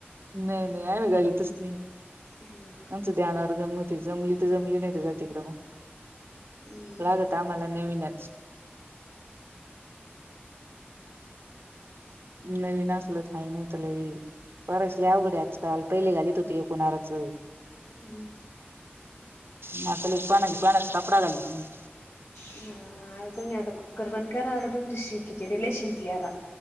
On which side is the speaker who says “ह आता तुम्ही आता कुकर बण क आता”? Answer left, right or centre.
Left